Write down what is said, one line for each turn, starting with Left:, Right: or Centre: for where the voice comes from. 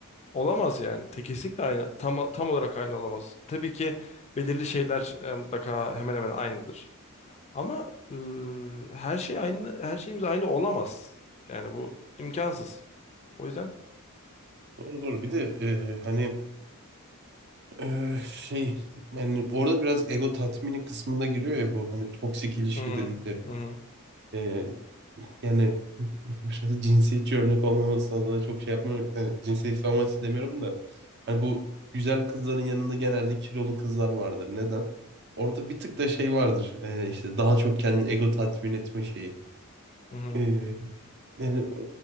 Left: Olamaz yani. Te kesinlikle aynı, tam, tam olarak aynı olamaz. Tabii ki belirli şeyler e, mutlaka hemen hemen aynıdır. Ama e, her şey aynı, her şeyimiz aynı olamaz. Yani bu imkansız. O yüzden
Right: Doğru doğru. Bir de e, hani e, şey yani orada biraz ego tatmini kısmında giriyor ya bu hani toksik ilişki
Left: Hı hı,
Right: dedikleri.
Left: hı hı,
Right: E, yani <laughs> biraz cinsiyetçi örnek olmaması adına çok şey yapmıyorum. Yani cinsiyetçi amaçlı demiyorum da. Hani bu güzel kızların yanında genelde kilolu kızlar vardır. Neden? Orada bir tık da şey vardır. E, işte daha çok kendini ego tatmin etme şeyi.
Left: hı hı.
Right: E, yani